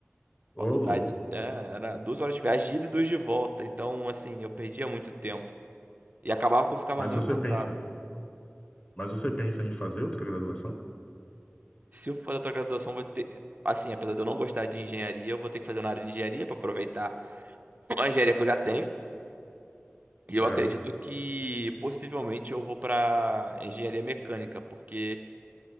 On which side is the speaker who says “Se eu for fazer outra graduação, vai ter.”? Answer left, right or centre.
Right